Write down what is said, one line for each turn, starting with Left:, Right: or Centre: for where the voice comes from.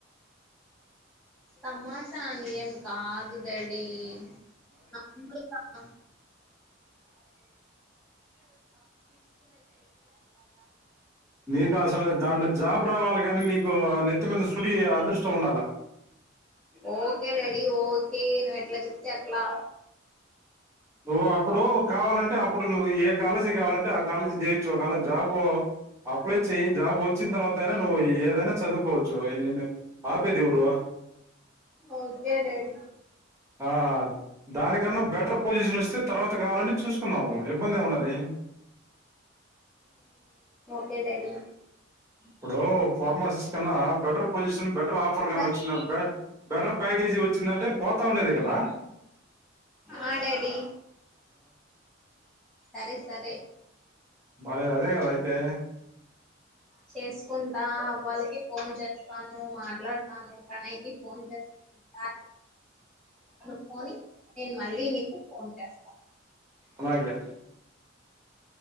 Centre: తమాషా అని ఏమికాదు డాడి <inaudible>
Right: ఏం గాదు అసలు దాంట్లో జాబ్ రావాలిగాని నీకు నెత్తి మీద సుడి అదృష్టం ఉండాలా
Centre: ఓకే డాడీ ఓకే నువు ఎట్లా చెప్తే అట్లా
Right: నువ్వు అప్పుడు కావాలంటే అప్పుడు నువ్వు ఏ కాలేజీ కావాలంటే ఆ కాలేజీ చేయచ్చు ఒకేళ జాబు అప్లై చెయ్యి జాబ్ వచ్చిన తర్వాత అయినా నువ్వు ఏదైనా చదువుకోవచ్చు నిన్ను ఆపేదెవరు
Centre: ఒకే డాడీ
Right: ఆ దానీకన్న బెటర్ పొజిషన్ వస్తే తర్వాత కావాలంటే చూసుకున్నావు ఇబ్బంది ఏం ఉన్నది
Centre: కే డాడీ
Right: ఇప్పుడు ఫార్మాసిస్ట్ కన్నా బెటర్ పొజిషన్ బెటర్ ఆఫర్ గానీ
Centre: సార్
Right: వచ్చిందంటే బెటర్ ప్యాకేజీ వచ్చిందంటే పోతా ఉండేది కదా
Centre: ఆ డాడీ సరే సరే
Right: మరి అదేగద అయితే
Centre: చేసుకుంటా వాళకి ఫోన్ చేస్తాను మాట్లాడతాను ప్రణయ్ కి ఫోన్ చేస్తా అనుకొని నేను మళ్ళీ నీకు ఫోన్ చేస్తాను
Right: అలాగే